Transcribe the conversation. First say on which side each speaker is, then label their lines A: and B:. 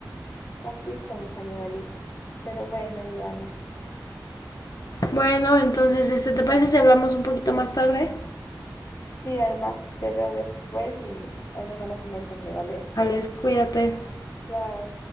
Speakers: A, on the left (about 40°); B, on the left (about 55°).
A: así es con los animalitos. Pero bueno, mi alma.
B: Bueno, entonces, este, ¿te parece si hablamos un poquito más tarde?
A: Sí, alma, te veo después y ahí me mandas un mensaje, ¿vale?
B: Alex, cuídate.
A: Bye.